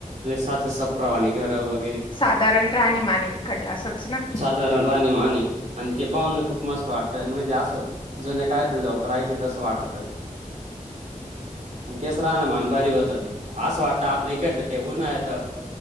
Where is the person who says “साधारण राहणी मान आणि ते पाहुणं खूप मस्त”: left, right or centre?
Right